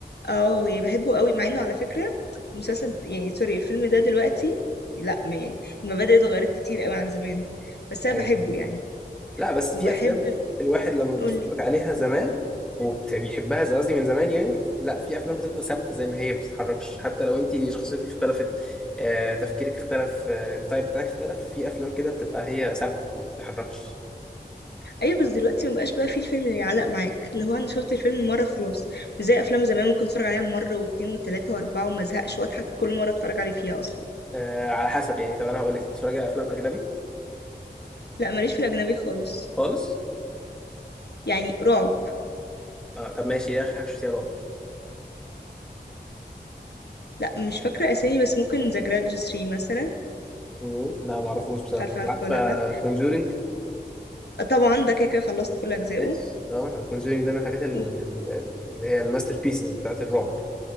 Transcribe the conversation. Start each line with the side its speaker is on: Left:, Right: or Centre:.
Left: اه يعني بحبه قوي مع انه على فكره مسلسل يعني سوري الفيلم ده دلوقتي لا ما- يعني المبادئ اتغيرت كتير قوي عن زمان بس انا
Centre: ايوه
Left: بحبه يعني
Centre: لا بس
Left: وبحب
Centre: في افلام الواحد لما بيتفرج
Left: قولي
Centre: عليها زمان وبيحبها زي قصدي من زمان يعني لا في افلام بتفضل ثابته زي ما هي ما بتتحركش حتى لو انت شخصيتك اختلفت آه، تفكيرك اختلف آه، التايب بتاعك اختلف في افلام كده بتبقى هي ثابته ما بتتحركش
Left: ايوه بس دلوقتي ما بقاش بقى فيه الفيلم اللي يعلق معاك اللي هو انا شفت الفيلم مره خلاص مش زي افلام زمان ممكن اتفرج عليها مره واتنين وتلاته واربعه وما ازهقش واضحك في كل مره اتفرج عليه فيها اصلا
Centre: آه، على حسب يعني طب انا هقول لك بتتفرج على افلام اجنبي
Left: لا ماليش في الاجنبي خالص
Centre: خالص
Left: يعني رعب
Centre: آه طب ماشي ايه اخر حاجه شفتيها رعب
Left: لا مش فاكرة اسامي بس ممكن ذا جرادج 3 مثلا
Centre: مم، لا ما اعرفوش بصراحه
Left: مش عارفة عارفة
Centre: عارفه
Left: ولا لأ
Centre: كونجورينج
Left: آه، طبعا ده كده كده خلصت كل أجزائه
Centre: ماشي اه كونجورينج ده من الحاجات ال-
Left: و...
Centre: ال- اللي هي الماستر بيسز بتاعت الرعب